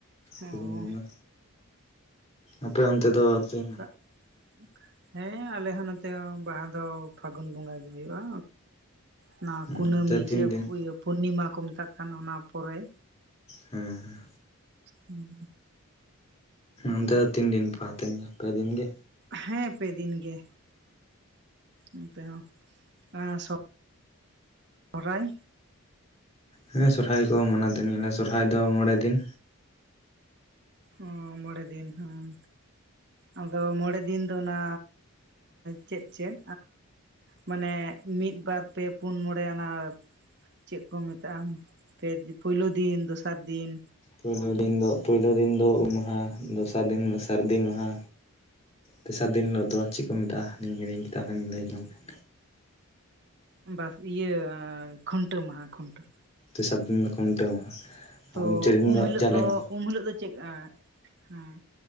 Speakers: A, on the right; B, on the left.
A: ᱚ
B: ᱯᱷᱟᱹᱜᱩᱱ ᱵᱚᱸᱜᱟ, ᱟᱯᱮ ᱚᱱᱛᱮ ᱫᱚ ᱛᱤᱱ
A: <unintelligible> ᱦᱮᱸ ᱟᱞᱮ ᱦᱚᱸ ᱱᱚᱱᱛᱮ ᱦᱚᱸ ᱵᱟᱦᱟ ᱫᱚ ᱯᱷᱟᱹᱜᱩᱱ ᱵᱚᱸᱜᱟ ᱜᱮ ᱦᱩᱭᱩᱜᱼᱟ᱾ ᱚᱱᱟ
B: ᱦᱩᱸ,
A: ᱠᱩᱱᱟᱹᱢᱤ
B: ᱚᱱᱛᱮ ᱛᱤᱱ
A: ᱥᱮ
B: ᱫᱤᱱ?
A: ᱤᱭᱟᱹ ᱯᱩᱨᱱᱤᱢᱟ ᱠᱚ ᱢᱮᱛᱟᱜ ᱠᱟᱱ ᱚᱱᱟ ᱯᱚᱨᱮ᱾
B: ᱦᱮᱸ ᱦᱮᱸ
A: ᱦᱩᱸ
B: ᱚᱱᱛᱮ ᱫᱚ ᱛᱤᱱ ᱫᱤᱱ ᱯᱮ ᱟᱛᱮᱱᱟ ᱯᱮ ᱫᱤᱱ ᱜᱮ᱾
A: ᱦᱮᱸ ᱯᱮ ᱫᱤᱱ ᱜᱮ ᱚᱱᱛᱮ ᱦᱚᱸ᱾ ᱮᱸᱻ ᱥᱚᱦᱚᱨᱟᱭ
B: ᱦᱮᱸ ᱥᱚᱨᱦᱟᱭ ᱠᱚ ᱦᱚᱸ ᱢᱟᱱᱟ ᱫᱤᱱ ᱢᱮᱱᱟ ᱥᱚᱨᱦᱟᱭ ᱫᱚ ᱢᱚᱬᱮ ᱫᱤᱱ᱾
A: ᱚᱸ ᱢᱚᱬᱮ ᱫᱤᱱ ᱦᱮᱸ ᱟᱫᱚ ᱢᱚᱬᱮ ᱫᱤᱱ ᱫᱚ ᱚᱱᱟ ᱪᱮᱫ ᱪᱮᱫ? ᱢᱟᱱᱮ ᱢᱤᱫ ᱵᱟᱨ ᱯᱮ ᱯᱩᱱ ᱢᱚᱬᱮ ᱚᱱᱟ ᱪᱮᱫ ᱠᱚ ᱢᱮᱛᱟᱜᱼᱟ᱾ ᱯᱳᱭᱞᱳ ᱫᱤᱱ, ᱫᱚᱥᱟᱨ ᱫᱤᱱ,
B: ᱯᱳᱭᱞᱳ ᱫᱤᱱ ᱫᱚ ᱯᱳᱭᱞᱳ ᱫᱤᱱ ᱫᱚ ᱩᱢ ᱢᱟᱦᱟ, ᱫᱚᱥᱟᱨ ᱫᱤᱱ ᱫᱚ ᱥᱟᱹᱨᱫᱤ ᱢᱟᱦᱟ᱾ ᱛᱮᱥᱟᱨ ᱫᱤᱱ ᱫᱚ ᱪᱮᱫ ᱠᱚ ᱢᱮᱛᱟᱜᱼᱟ᱾ ᱤᱧ ᱦᱤᱲᱤᱧ ᱠᱮᱫᱟ ᱟᱨᱚᱧ ᱞᱟᱹᱭ ᱞᱮ ᱜᱮ᱾
A: ᱵᱟᱥ ᱤᱭᱟᱹ ᱠᱷᱩᱱᱴᱟᱹᱣ ᱢᱟᱦᱟᱸ ᱠᱷᱩᱱᱴᱟᱹᱣ
B: ᱛᱮᱥᱟᱨ ᱫᱤᱱ ᱫᱚ ᱠᱷᱩᱱᱴᱟᱹᱣ ᱢᱟᱦᱟ᱾ ᱟᱨ
A: ᱛᱚ
B: ᱢᱩᱪᱟᱹᱫ ᱫᱤᱱ
A: ᱩᱢ ᱦᱤᱞᱳᱜ
B: ᱡᱟᱞᱮ
A: ᱫᱚ
B: ᱢᱟᱦᱟ
A: ᱩᱢ ᱦᱤᱞᱳᱜ ᱫᱚ ᱪᱮᱫ ᱦᱮᱸ